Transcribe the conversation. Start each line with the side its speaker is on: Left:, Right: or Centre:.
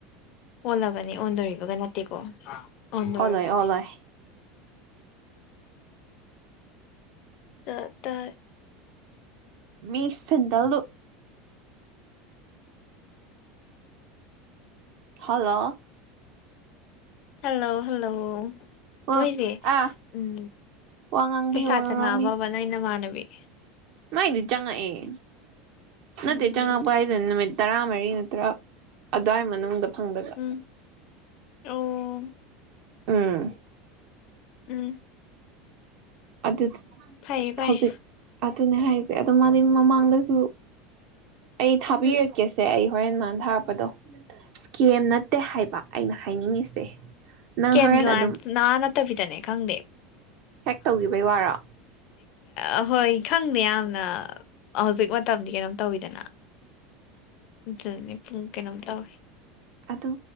Left: ꯑꯣꯜꯂꯕꯅꯤ ꯑꯣꯟꯗꯣꯔꯤꯕꯒ ꯅꯠꯇꯦꯀꯣ ꯑꯣꯟꯗꯣꯔꯤꯕꯅꯤ
Right: ꯑꯣꯜꯂꯣꯏ ꯑꯣꯜꯂꯣꯏ
Left: ꯇ -ꯇ
Right: ꯃꯤ ꯁꯦꯟꯗꯜꯗꯣ ꯍꯜꯂꯣ
Left: ꯍꯜꯂꯣ- ꯍꯜꯂꯣ
Right: ꯑ
Left: ꯃꯣꯏꯖꯦ
Right: ꯑꯥ
Left: ꯎꯝ
Right: ꯋꯥ ꯉꯥꯡꯕꯤꯌꯨ
Left: ꯄꯩꯁꯥ
Right: ꯋꯥ
Left: ꯆꯪꯉꯛꯑꯕꯕ
Right: ꯉꯥꯡꯕꯤꯌꯨ
Left: ꯅꯣꯏ ꯅꯃꯥꯟꯅꯕ <inaudible>
Right: ꯑꯩꯗꯤ ꯆꯪꯉꯛꯑꯦ ꯅꯠꯇꯦ
Left: ꯎꯝ
Right: ꯆꯉꯛꯄ ꯍꯥꯏꯖ ꯅꯨꯃꯤꯠ ꯇꯔꯥꯃꯔꯤ ꯅꯠꯇ꯭ꯔ ꯑꯗꯨꯋꯥꯏ ꯃꯅꯨꯡꯗ ꯐꯪꯗꯣꯕ
Left: ꯎꯝ ꯑꯣ
Right: ꯎꯝ
Left: ꯎꯝ
Right: ꯑꯗꯨ
Left: ꯐꯩꯌꯦ ꯐꯩꯌꯦ
Right: ꯍꯧꯖꯤꯛ ꯑꯗꯨꯅꯦ ꯍꯥꯏꯖꯦ ꯑꯗꯣ ꯃꯥꯗꯤ ꯃꯃꯥꯡꯗꯁꯨ ꯑꯩ ꯊꯥꯕꯤꯔꯛꯀꯦꯁꯦ
Left: ꯎꯝ
Right: ꯑꯩ ꯍꯣꯔꯦꯟ ꯃꯥꯟ ꯊꯥꯔꯛꯄꯗꯣ ꯀꯦꯝ ꯅꯠꯇꯦ ꯍꯥꯏꯕ ꯑꯩꯅ ꯍꯥꯏꯅꯤꯡꯉꯤꯁꯦ ꯅꯪ
Left: ꯀꯦꯝꯒꯤ
Right: ꯍꯣꯔꯦꯟ
Left: ꯋꯥ
Right: ꯑꯗꯨꯝ
Left: ꯅꯥ ꯅꯠꯇꯕꯤꯗꯅꯦ ꯈꯪꯗꯦ
Right: ꯍꯦꯛ ꯇꯧꯒꯤꯕꯩ ꯋꯥꯔꯣ
Left: ꯑꯍꯣꯏ ꯈꯪꯗꯦ ꯌꯥꯝꯅ ꯍꯧꯖꯤꯛ ꯃꯇꯝꯗꯤ ꯀꯩꯅꯣꯝ ꯇꯧꯋꯤꯗꯅ ꯆꯅꯤ ꯄꯨꯡ ꯑꯩꯅꯣꯝꯇꯧꯏ
Right: ꯑꯗꯨ